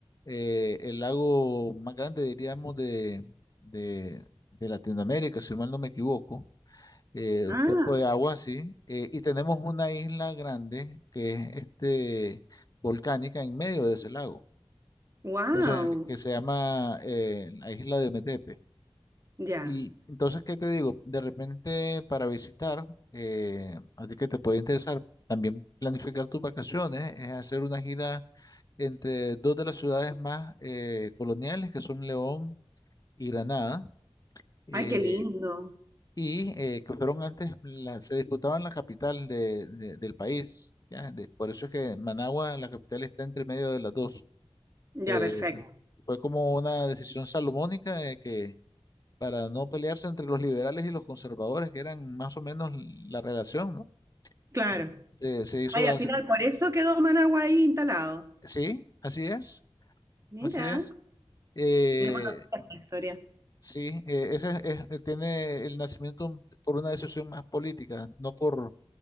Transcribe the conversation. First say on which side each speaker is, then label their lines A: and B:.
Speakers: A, on the left (about 40°); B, on the right (about 30°).
A: eh, el lago más grande, diríamos, de, de, de Latinoamérica, si mal no me equivoco. eh,
B: Ah,
A: un cuerpo de agua, sí. eh, y tenemos una isla grande que es este, volcánica en medio de ese lago.
B: wow.
A: Entonces, que se llama eh, la isla de Ometepe.
B: Ya.
A: Y entonces, ¿qué te digo? De repente para visitar, eh, a ti que te puede interesar, también planificar tus vacaciones, es hacer una gira entre dos de las ciudades más eh, coloniales, que son León y Granada, eh,
B: Ay, qué lindo.
A: y eh, que fueron antes, la- se disputaban la capital de- de- del país, ¿ya? De- por eso es que Managua, la capital, está entre medio de las dos.
B: Ya,
A: Eh,
B: perfecto.
A: fue como una decisión salomónica de que para no pelearse entre los liberales y los conservadores, que eran más o menos la relación, ¿no?
B: Claro.
A: Sí. Se, se hizo,
B: Ay,
A: la-
B: al final por eso quedó Managua ahí instalado.
A: sí, así es,
B: Mira.
A: así es. Eh,
B: No conocía esa historia.
A: sí, eh, ese es- es- tiene el nacimiento por una decisión más política, no por